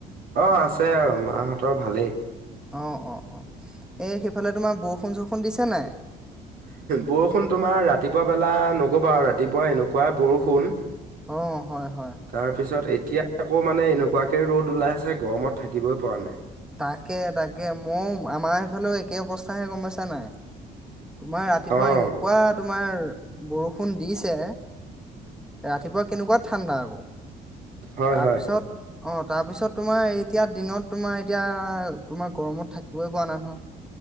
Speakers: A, on the right (about 60°); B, in the centre.
A: অ' আছে আৰু মাহঁতৰ ভালেই।
B: অ, অ, অ এই সেইফালে তোমাৰ বৰষুণ-চৰষুণ দিছে নাই?
A: বৰষুণ তোমাৰ ৰাতিপুৱা বেলা নকবা আৰু ৰাতিপুৱা এনেকুৱাই বৰষুণ।
B: অ', হয়, হয়।
A: তাৰপিছত এতিয়া আকৌ মানে এনেকুৱাকে ৰ'দ ওলাই আছে, গৰমত থাকিবই পৰা নাই।
B: তাকে, তাকে মই আমাৰ সেইফালেও একে অৱস্থা। গম পাইছা নাই? তোমাৰ ৰাতিপুৱা
A: অ'
B: এনেকুৱা তোমাৰ বৰষুণ দিছে, ৰাতিপুৱা কেনেকুৱা ঠাণ্ডা আকৌ।
A: হয়
B: তাৰপিছত?
A: হয়।
B: অ'তাৰ পিছত তোমাৰ এতিয়া দিনত তোমাৰ এতিয়া তোমাৰ গৰমত থাকিবই পোৱা নাই নহয়।